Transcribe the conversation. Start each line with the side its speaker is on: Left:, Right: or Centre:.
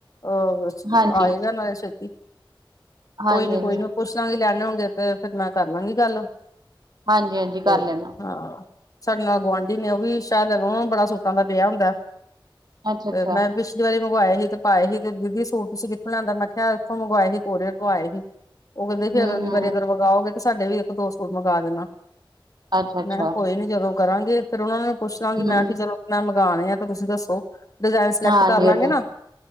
Left: ਅਹ
Right: ਹਾਂਜੀ
Left: ਆਏਗਾ ਨਾਲ਼ੇ ਛੇਤੀ।
Right: ਹਾਂਜੀ
Left: ਕੋਈ ਨੀਂ
Right: ਹਾਂਜੀ
Left: ਕੋਈ ਨੀਂ, ਮੈਂ ਪੁੱਛਲਾਂਗੀ ਲੈਂਣੇ ਹੋਣਗੇ, ਤੇ ਫ਼ਿਰ ਮੈਂ ਕਰਲਾਂਗੀ ਗੱਲ।
Right: ਹਾਂਜੀ ਹਾਂਜੀ ਕਰ
Left: ਤੇ
Right: ਲੈਣਾ
Left: ਹਾਂ, ਸਾਡੇ ਨਾਲ ਗੁਆਂਢੀ ਨੇ ਉਹ ਵੀ ਸ਼ਾਇਦ ਤੇ ਉਹਨਾਂ ਨੂੰ ਬੜਾ ਸੂਟਾਂ ਦਾ ਪਿਆ ਹੁੰਦਾ,
Right: ਅੱਛਾ
Left: ਤੇ
Right: ਅੱਛਾ
Left: ਮੈਂ ਪਿੱਛ ਪਿੱਛਲੀ ਵਾਰੀ ਮੰਗਵਾਏ ਸੀ, ਤੇ ਪਾਏ ਸੀ ਤੇ ਦੀਦੀ ਸੂਟ ਤੁਸੀਂ ਕਿੱਥੋਂ ਲਿਆਂਦਾ, ਮੈਂ ਕਿਹਾ ਇੱਥੋਂ ਮੰਗਵਾਏ ਸੀ, ਕੋਰੀਅਰ ਤੋਂ ਆਏ ਸੀ। ਉਹ ਕਹਿੰਦੇ ਸੀ
Right: ਹਮ
Left: ਅਗਰ ਅਗਲੀ
Right: ਹਮ
Left: ਵਾਰੀ ਮੰਗਾਓਗੇ, ਤੇ ਸਾਡੇ ਵੀ ਇੱਕ ਦੋ ਸੂਟ ਮੰਗਾ ਦੇਣਾ।
Right: ਅੱਛਾ ਅੱਛਾ
Left: ਮੈਂ ਕਾ ਕੋਈ ਨੀ ਜਦੋਂ ਕਰਾਂਗੀ, ਫ਼ਿਰ ਉਹਨਾਂ ਨੂੰ ਪੁੱਛਲਾਂਗੀ,
Right: ਹਮ
Left: ਮੈਂ ਕੀ ਤੇ ਚਲੋ ਮੈਂ ਤੇ ਮੰਗਾਣੇ ਆ, ਤੇ ਤੁਸੀਂ ਦੱਸੋ। ਡਿਜ਼ਾਇਨ ਸਿਲੈਕਟ
Right: ਹਾਂਜੀ
Left: ਕਰਲਾਂਗੇ
Right: ਹਾਂਜੀ
Left: ਨਾ,